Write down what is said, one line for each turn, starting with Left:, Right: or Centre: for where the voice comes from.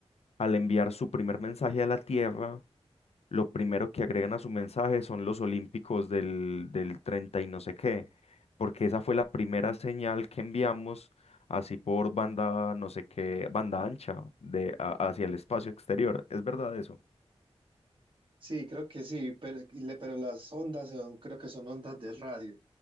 Left: al enviar su primer mensaje a la Tierra, lo primero que agregan a su mensaje son los olímpicos del, del 30 y no sé qué, porque esa fue la primera señal que enviamos así por banda, no sé qué, banda ancha de, a- hacia el espacio exterior. ¿Es verdad eso?
Right: Sí, creo que sí, pero, y le- pero las ondas son, creo que son ondas de radio,